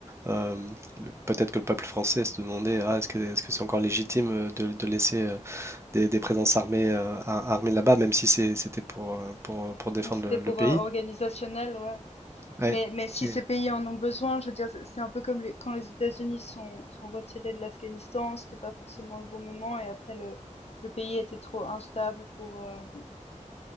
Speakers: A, on the right; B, on the left.
A: euh, le- peut-être que le peuple français se demandait, ah, est-ce que, est-ce que c'est encore légitime euh, de, de laisser euh, des, des présences armées, euh, ar- armées là-bas, même si c'est- c'était pour, euh, pour, pour défendre
B: Ouais, c'était
A: le,
B: pour,
A: le pays.
B: heu, organisationnel, ouais.
A: Ouais.
B: Mais, mais si
A: Et
B: ces pays en ont besoin, je veux dire, c'est c'est un peu comme les- quand les États-Unis sont, sont retirés de l'Afghanistan, c'était pas forcément le bon moment et après le, le pays était trop instable pour, euh,